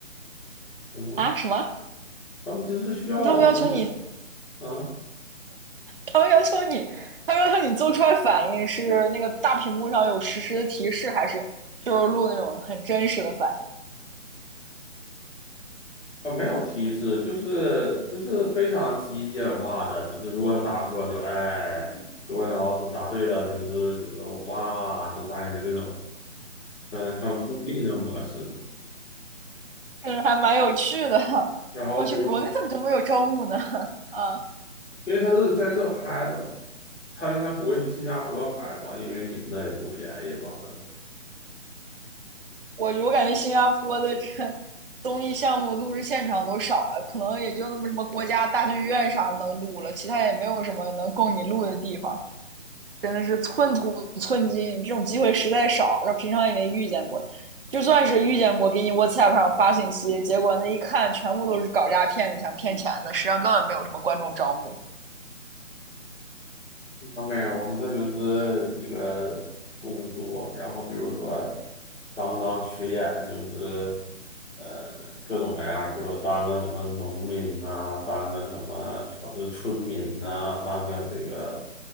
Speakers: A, on the left; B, on the right.
A: 什么，
B: 啊什么？
A: 他们就是需要观众
B: 那他们要求你，
A: 啊。
B: 他们要求你，他们要求你做出来反应是那个大屏幕上有实时的提示，还是就是录那种很真实的反应？
A: 啊，没有提示，就是就是非常机械化的，就是如果他答错了就哎，如果他要是答对了就是就是哇，就大概就这种嗯，很固定的模式。
B: <laughs> 嗯，还蛮有趣的。
A: 然后比如
B: 我去，国内怎么就没有招募呢？<laughs> 啊。
A: 因为他是在这拍的嘛，他应该不会去新加坡拍吧，因为你们那也不便宜吧，可能。
B: 我我感觉新加坡的这个综艺项目录制现场都少了，可能也就那么什么国家大剧院啥能录了，其他也没有什么能供你录的地方，真的是寸土寸金，这种机会实在少，然后平常也没遇见过，就算是遇见过，给你 WhatsApp 上发信息，结果那一看全部都是搞诈骗的，想骗钱的，实际上根本没有什么观众招募。
A: 啊，没有，我们这就是一个工作，然后比如说当当群演，就是呃各种各样儿比如说当个什么农民呐、当个什么啊不是村民呐、当个这个